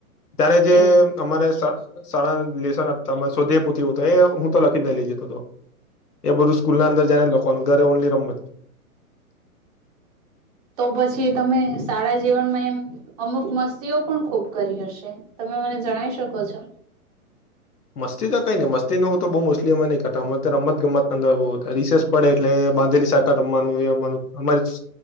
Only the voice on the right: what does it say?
એવું
તો પછી તમે શાળા જીવનમાં એમ અમુક મસ્તીઓ પણ ખૂબ કરી હશે તમે મને જણાઈ શકો છો?